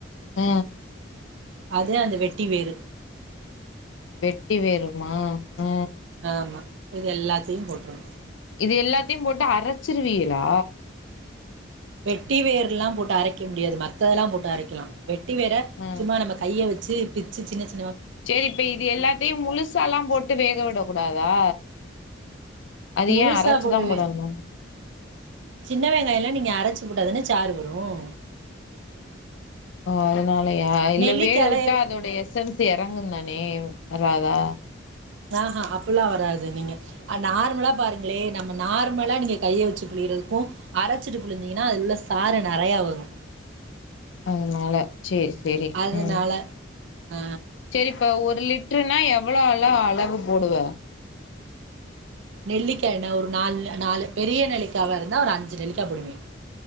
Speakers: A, on the left; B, on the right.
A: ஹ
B: அது அந்த வெட்டி வேரு
A: வெட்டி வேருமா ஆ
B: ஆமா இது எல்லாத்யும் போட்டுர்னோ
A: இது எல்லாத்யும் போட்டு அரச்சிருவீகலா
B: வெட்டி வேர் லாம் போட்டு அரைக்க முடியாது மத்ததெல்லாம் போட்டு அரைக்கலா வெட்டி வேர
A: ஆ
B: சும்மா நம்ம கைய வெச்சி பிச்சி சின்ன சின்
A: சரி இப்ப இது எல்லாத்யு முழுசா லாம் போட்டு வேக விடக் கூடாதா அது
B: முழுசா
A: ஏ அரச்சுதா
B: போட்டு
A: போடணு
B: சின்ன வெங்காயலாம் நீங்க அர ச்சு போட்டா தானே சாரு வரும்
A: ஓ அதனாலயா இல்ல
B: நெல்லிக்கால
A: வேக விட்டா அதோட எஸஎன்ஸ் எறங்கு தானே ஏராதா
B: ஆ ஹ அப்பில்லா வராது நீங்க நார்மலா பாருங் லே நம்ம நார்மலா நீங்க கைய வெச்சி பிளிறதுக்கும் அரச்சிட்டு புழிஞ்சிங்கன்னா அது உள்ள சாரு நெறைய வரும்
A: அதனால சரி சரி
B: அதனால
A: உம்
B: ஆ
A: சரிப்பா ஒரு லிடிட்ருனா எவ்வளோ அளோ அளவு போடுவ
B: நெல்லிக்காய் என்ன ஒரு நாலு நாலு பெரிய நெல்லிக்காய் இருந்தா ஒரு அஞ்சு நெல்லிக்காய் போடுவே